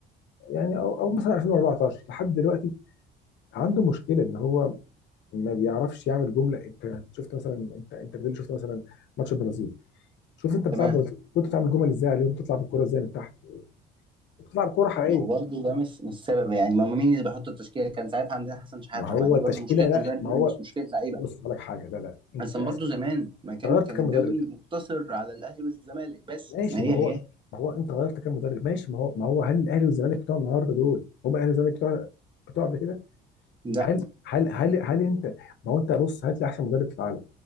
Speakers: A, on the left; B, on the right.
A: يعني او او مثلا 2014 لحد دلوقتي عنده مشكله ان هو ما بيعرفش يعمل جمله انت شفت مثلا انت انت بتقول شفت مثلا ماتش البرازيل شوف انت بتلعب
B: تمام
A: كنت بتعمل جمل ازاي عليهم تطلع بالكوره ازاي من تحت وبتلعب كوره حقيقيه
B: ما هو برضه ده مش مش السبب يعني ما هو مين اللي بيحط التشكيله كان ساعتها عندنا حسن شحاته
A: ما هو
B: ما دي
A: التشكيله
B: برضه مشكله
A: لا
B: مدرب
A: ما
B: مش
A: هو
B: مشكله لعيبه
A: بص هقول لك حاجه لا لا انت
B: اصلا
A: أنت
B: برضه زمان ما كان
A: غيرت
B: كان
A: كام
B: الدوري
A: مدرب
B: مقتصر على الاهلي والزمالك بس
A: ماشي
B: ما هي
A: ما هو
B: هي
A: ما هو انت غيرت كام مدرب ماشي ما هو ما هو هل الاهلي والزمالك بتوع النهارده دول هم الاهلي والزمالك بتوع بتوع قبل كده
B: لا
A: هل هل هل هل انت ما هو انت بص هات لي احسن مدرب في العالم